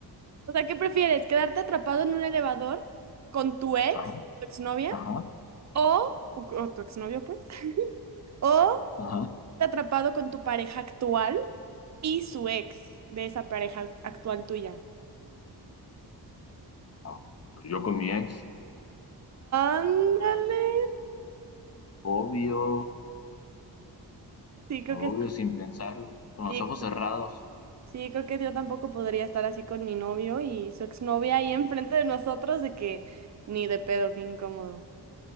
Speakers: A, on the right; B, on the left.
A: O sea, ¿qué prefieres? ¿Quedarte atrapado en un elevador con tu ex,
B: Ajá,
A: tu exnovia?
B: ajá,
A: ¿O, o, o tu exnovio, pues? <laughs> ¿O
B: ajá.
A: te atrapado con tu pareja actual y su ex de esa pareja actual tuya?
B: Ah, pues Yo con mi ex,
A: Ándale.
B: obvio,
A: Sí, creo
B: obvio,
A: que
B: sin pensarlo, con
A: sí.
B: los ojos cerrados.
A: Sí, creo que yo tampoco podría estar así con mi novio y su exnovia ahí enfrente de nosotros, de que ni de pedo, qué incómodo.